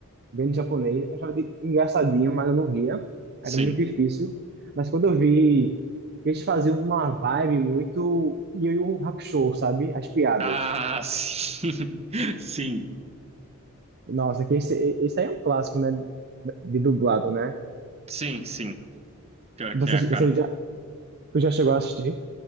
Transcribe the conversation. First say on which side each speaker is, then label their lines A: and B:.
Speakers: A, on the right; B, on the right.
A: vendo japonês, eu achava de- engraçadinho, mas eu não ria.
B: Sim.
A: Era muito difícil. Mas quando eu vi, eles faziam uma vibe muito Yu Yu Hakusho, sabe? As piadas.
B: Ah, sim. <laughs> Sim.
A: Nossa, que esse, esse aí é um clássico, né? De dublado, né?
B: Sim, sim. Pior
A: Você,
B: que é, cara.
A: você já, tu já chegou a assistir?